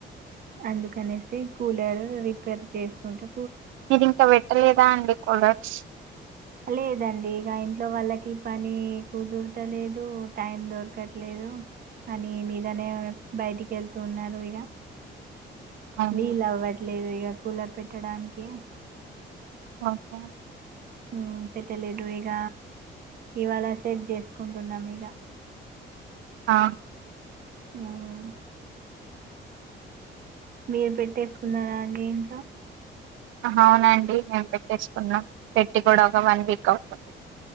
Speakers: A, on the right; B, on the right.
A: అందుకనేసి కూలర్ రిపేర్ చేసుకుంటే
B: మీరింకా పెట్టలేదా అండి లక్స్
A: లేదండి ఇగ ఇంట్లో వాళ్ళకి పని కుదురతలేదు టైం దొరకట్లేదు పని మీదనే బయటికి వెళ్తూ ఉన్నారు ఇగ
B: అవును
A: వీలవ్వట్ లేదు ఇగ కూలర్ పెట్టడానికి
B: ఓకే
A: హ్మ్ పెట్టలేదు ఇగ ఇవాళ సెట్ చేసుకుంటున్నాం ఇగ
B: ఆ
A: హ్మ్ మీరు పెట్టేసుకున్నారా అండి ఏంటో
B: అవునండి మేం పెట్టేసుకున్నాం పెట్టి కూడా ఒక వన్ వీక్ అవుతుంది